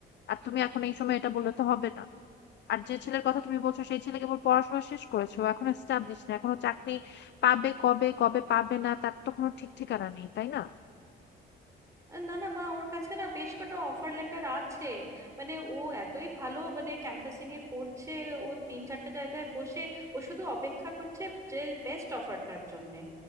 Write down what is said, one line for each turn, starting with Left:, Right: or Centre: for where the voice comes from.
Left: আর তুমি এখন এই সময় এটা বললে তো হবে না আর যে ছেলের কথা তুমি বলছো সেই ছেলে কেবল পড়াশোনা শেষ করেছে ও এখনো এস্টাবলিশ না এখনো চাকরি পাবে কবে কবে পাবে না তার তো কোনো ঠিক ঠিকানা নেই তাই না
Right: না না মা ওর কাছে না বেশ কটা অফার লেটার আছে মানে ও এতই ভালো মানে ক্যাম্পাসিং এ করছে ও তিন চারটে জায়গায় বসে ও শুধু অপেক্ষা করছে যে বেস্ট অফারটার জন্যে